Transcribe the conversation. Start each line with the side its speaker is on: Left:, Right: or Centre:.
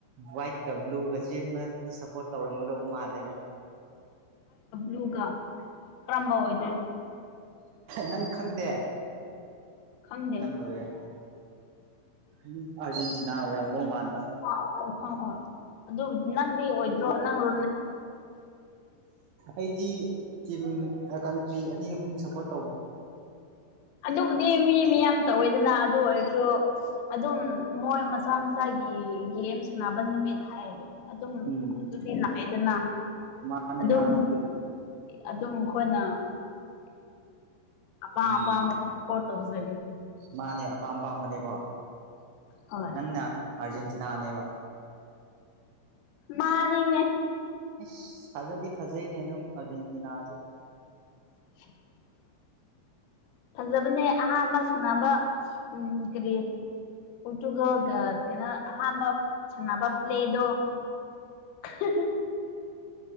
Right: ꯋꯥꯏꯠꯀ ꯕ꯭ꯂꯨꯒ ꯆꯦꯟꯕꯗ ꯁꯞꯄꯣꯔꯠ ꯇꯧꯔꯝꯒꯗꯧꯕ ꯃꯥꯜꯂꯦꯕꯅ
Left: ꯍꯨꯒ ꯀ꯭ꯔꯝꯕ ꯑꯣꯏ
Right: ꯅꯪ ꯈꯪꯗꯦ
Left: ꯈꯪꯗꯦ
Right: ꯅꯪ ꯂꯣꯏꯔꯦ ꯎꯝ ꯑꯥꯔꯖꯦꯟꯇꯤꯅꯥ ꯑꯣꯏꯔꯝꯗꯧ ꯃꯥꯟꯕ
Left: ꯑꯧ ꯑꯧ ꯍꯣꯏ ꯍꯣꯏ ꯑꯗꯨ ꯅꯪꯗꯤ ꯑꯣꯏꯗ꯭ꯔꯣ ꯅꯪꯣ
Right: ꯑꯩꯗꯤ ꯇꯤꯝ ꯀꯟꯇ꯭ꯔꯤ ꯑꯅꯤ ꯑꯍꯨꯝ ꯁꯞꯄꯣꯔꯠ ꯇꯧꯋꯦ
Left: ꯑꯗꯨꯕꯨꯗꯤ ꯃꯤ ꯃꯤꯌꯥꯝ ꯇꯧꯋꯦꯗꯅ ꯑꯗꯨ ꯑꯣꯏꯔꯁꯨ ꯑꯗꯨꯝ ꯃꯣꯏ ꯃꯆꯥ ꯃꯆꯥꯒꯤ ꯒꯦꯝ ꯁꯥꯟꯅꯕ ꯅꯨꯃꯤꯠ ꯍꯥꯏꯌꯦꯕ ꯑꯗꯨꯝ
Right: ꯎꯝ
Left: ꯑꯗꯨꯗꯤ ꯂꯥꯛꯑꯦꯗꯅ
Right: ꯃꯥꯅꯦ
Left: ꯑꯗꯨꯝ
Right: ꯃꯥꯅꯦ ꯑꯗꯨꯕꯨꯗꯤ
Left: ꯑꯗꯨꯝ ꯈꯣꯏꯅꯥ ꯑꯄꯥꯄꯥꯃ
Right: ꯎꯝ
Left: ꯐꯠꯇꯧꯖꯦ
Right: ꯃꯥꯅꯦ ꯑꯄꯥꯝ ꯑꯄꯥꯝꯕꯅꯦꯀꯣ
Left: ꯍꯣꯏ
Right: ꯅꯪꯅ ꯑꯥꯔꯖꯦꯟꯇꯤꯅꯥꯅꯦꯕ
Left: ꯃꯥꯅꯤꯅꯦ
Right: ꯏꯁ ꯐꯖꯗꯤ ꯐꯖꯩꯅꯦ ꯑꯗꯨꯝ ꯑꯔꯖꯦꯟꯇꯤꯅꯥꯁꯨ
Left: <inaudible> ꯐꯖꯕꯅꯦ ꯑꯍꯥꯟꯕ ꯁꯥꯟꯅꯕ ꯎꯝ ꯀꯔꯤ ꯄꯣꯇꯨꯒꯜꯒ ꯀꯩꯅꯣ ꯑꯍꯝꯕ ꯁꯅꯥꯕꯞ꯭ꯂꯦꯗꯣ <unintelligible>